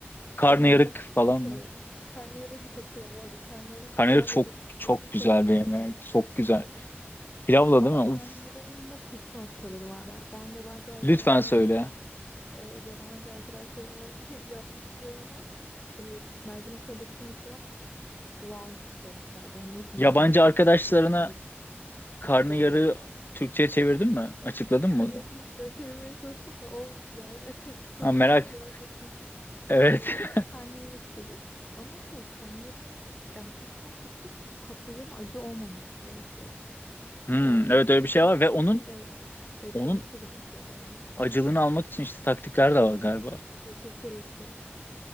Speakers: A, on the left; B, on the left.
A: karnıyarık
B: yani ben şey
A: falan mı?
B: seviyorum. Karnıyarığı da çok seviyorum bu arada. Karnıyarık
A: Karnıyarık
B: pilav
A: çok
B: ve cevizini
A: çok güzel
B: çok severim.
A: bir yemek. Çok güzel.
B: E,
A: Pilavla
B: ama
A: değil mi? Uf,
B: karnıyarığın da püf noktaları var. Ben, ben yabancı arkadaşlarıma
A: lütfen söyle.
B: bu- e, yabancı arkadaşlarıma <laughs> yapmışlığım var. E, mercimek çorbasını mesela olağanüstü sevmişlerdi. Yani bu nasıl
A: Yabancı
B: mercimek çorbası
A: arkadaşlarına
B: kokusunda
A: karnıyarığı
B: geliyordu. <laughs>
A: Türkçe'ye çevirdin mi? Açıkladın
B: Yani
A: mı?
B: ya çevirmeye çalıştım da olm yani <laughs> çok
A: Ha, merak.
B: komik bir an yaşandı.
A: Evet.
B: E,
A: <laughs>
B: karnıyarık dedim. Ama şey karnıyarın yani püf noktası patlıcanın acı olmaması gerekiyor.
A: Hmm,
B: E,
A: evet
B: sirkeli
A: öyle bir şey var ve onun
B: suları evet beklemesi
A: onun
B: gerekiyor bayağı.
A: acılığını almak için işte taktikler de var galiba.
B: E, sirkeli suyu.